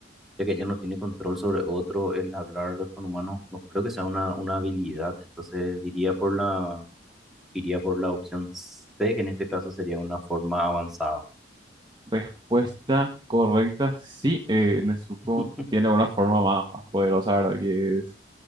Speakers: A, in the centre; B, on the right.
A: ya que ella no tiene control sobre otro, el hablar con humanos, no creo que sea una, una habilidad. Entonces diría por la iría por la opción C, que en este caso sería una forma avanzada.
B: Respuesta correcta, sí, eh,
A: Mm.
B: Nezuko
A: <laughs>
B: tiene una forma más, más poderosa, ¿verdad? Que es